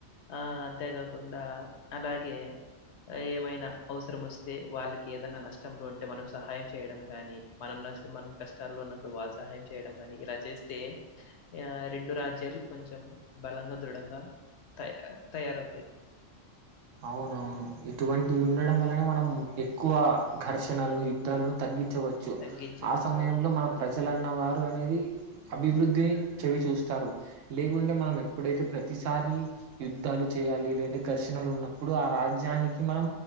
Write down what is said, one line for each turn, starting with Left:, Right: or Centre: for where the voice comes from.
Left: ఆ అంతేకాకుండా అలాగే ఏమైనా అవసరం వస్తే వాళ్ళకి ఏదైనా నష్టంలో ఉంటే మనం సహాయం చేయడం గానీ మనం నస్ మనం కష్టాల్లో ఉన్నప్పుడు వాళ్ళు సహాయం చేయడం గాని ఇలా చేస్తే ఆ రెండు రాజ్యాలు కొంచెం బలంగా దృఢంగా తయ తయారవుతాయి
Right: అవునవును ఇటువంటివి ఉండడం వల్లనే మనం ఎక్కువ ఘర్షణలను యుద్ధాలను తగ్గి వచ్చు
Left: తగ్గించవచ్చు
Right: ఆ సమయంలో
Left: అవును
Right: మన ప్రజలన్న వారు అనేది అభివృద్ధిని చవిచూస్తారు లేకుంటే మనం ఎప్పుడైతే ప్రతిసారి యుద్ధాలు చే లే ఘర్షణలు ఉన్నప్పుడు ఆ రాజ్యానికి మనం